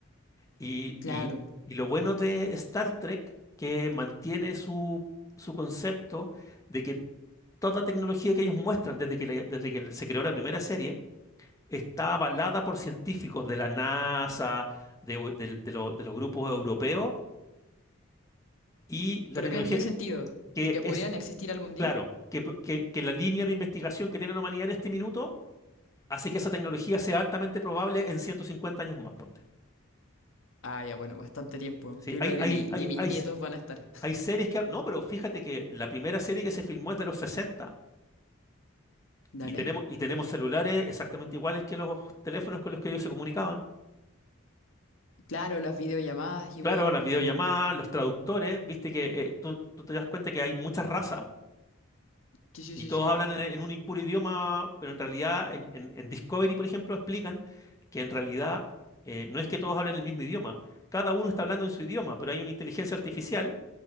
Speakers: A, on the left; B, on the left.
A: Y,
B: Claro.
A: y- y lo bueno de Star Trek, que mantiene su, su concepto de que toda tecnología que ellos muestran desde que, le- desde que se creó la primera serie está avalada por científicos de la NASA, de, u- del- de lo- de los grupos europeos, y la
B: ¿Pero
A: tecnología
B: qué, en qué
A: que
B: sentido?
A: que
B: ¿De que pudieran
A: es,
B: existir algún día?
A: claro, que, que que la línea de investigación que tiene la humanidad en este minuto Así que esa tecnología sea altamente probable en 150 años más, ponte.
B: Ah, ya, bueno, bastante tiempo.
A: Sí,
B: Yo creo
A: hay,
B: que
A: hay,
B: ni, ni
A: hay,
B: mis
A: hay,
B: nietos van a estar.
A: hay series que... No, pero fíjate que la primera serie que se filmó es de los 60
B: <laughs> Dale.
A: y tenemos, y tenemos celulares exactamente iguales que los teléfonos con los que ellos se comunicaban.
B: Claro, las videollamadas igual.
A: Claro, las videollamadas, los traductores, viste que eh, tú, tú te das cuenta que hay muchas razas
B: Sí, sí,
A: y
B: sí,
A: todos
B: sí.
A: hablan en, en un impuro idioma, pero en realidad en, en- en Discovery, por ejemplo, explican que en realidad eh, no es que todos hablen el mismo idioma, cada uno está hablando en su idioma, pero hay una inteligencia artificial